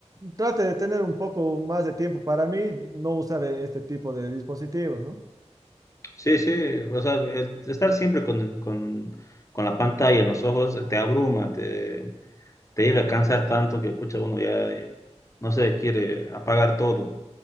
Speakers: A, on the right; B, on the left.
A: trate de tener un poco más de tiempo para mí, no usar eh, este tipo de dispositivos, ¿no?
B: Sí, sí, o sea, el- estar siempre con, con, con la pantalla en los ojos te abruma, te, te llega a cansar tanto que, pucha, uno ya, eh, no sé, quiere apagar todo.